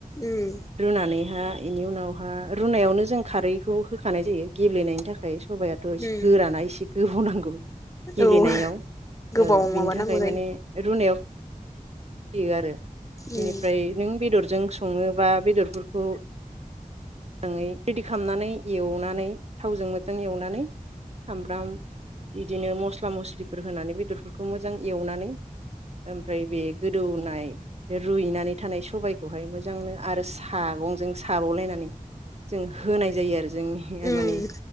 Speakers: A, on the left; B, on the right.
A: उम
B: रुनानैहा बेनि उनावहा रुनायावनो जों खारैखौ होखानाय जायो गेब्लेनायनि थाखाय सबायायाथ' एसे
A: उम
B: गोराना इसे गोबाव नांगौ गेब्लेनायाव
A: औ गोबाव
B: औ बिनि
A: माबानांगौ
B: थाखाय
A: जायो
B: माने रुनायाव बे आरो बेनिफ्राय
A: उम
B: नों बेदर जों सङोबा बेदरफोरखौ जाङै रेडि खालामनानै एवनानै थावजों मोजां एवनानै सामब्राम बिदिनो मस्ला मस्लिफोर होनानै बेदरफोरखौ मोजां एवनानै ओमफ्राय बे गोदौनाय बे रुइनानै थानाय सबायाइखौहाय मोजांनो आरो सागंजों साबावलायनानै जों होनाय जायो आरो जोंनि
A: उम
B: माने